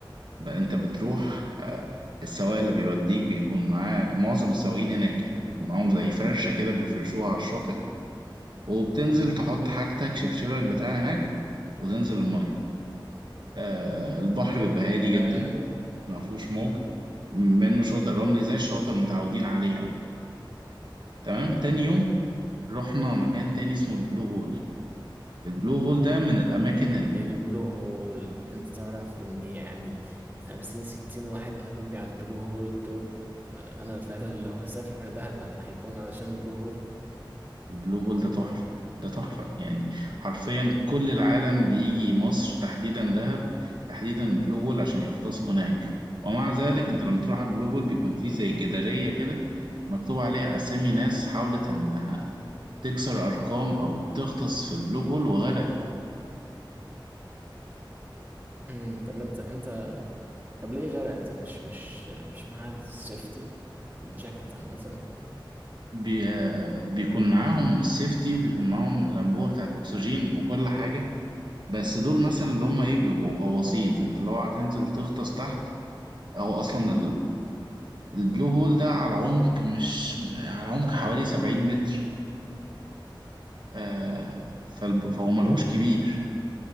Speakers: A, on the right; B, on the right.
A: بقى أنت بتروح آه، السواق اللي بيوديك بيكون معاه معظم السواقين هناك يعني بيكون معاهم زي فرشة كده بيفرشوها على الشاطئ وبتنزل تحط حاجتك شبشبك بتاع هناك وتنزل المية آه، البحر بيبقى هادي
B: تمام
A: جدا ما فيهوش موج منه شاطئ رملي زي الشواطئ اللي متعودين عليها يعني تمام تاني يوم رحنا مكان تاني اسمه البلو هول البلو هول ده من الأماكن
B: البلو هول انت تعرف ان يعني خمسين ستين واحد قالوا لي على البلو هول دول فانا فعلا لو هسافر دهب على- هيكون علشان البلو هول
A: البلو هول ده تحفة ده تحفة يعني حرفيا كل العالم بيجي مصر تحديدا دهب تحديدا البلو هول عشان يغطسوا هناك ومع ذلك انت لما تروح البلو هول بيكون فيه زي جدارية كده مكتوب عليها أسامي ناس حاولت إنها تكسر أرقام أو تغطس في البلو هول وغرقت
B: مم، طب انت انت طب ليه غرقت مش مش مش معاك السيفتي الجاكيت عامة
A: بي... بيكون معاهم السيفتي وبيكون معاهم الأنبوبة بتاع الأكسجين وكل حاجة بس دول مثلا اللي هم إيه بيبقوا غواصين فأنت لو هتنزل تغطس تحت أو أصلا البلو هول ده على عمق مش على عمق حوالي 70 متر آه، فالب- فهو ملهوش كبير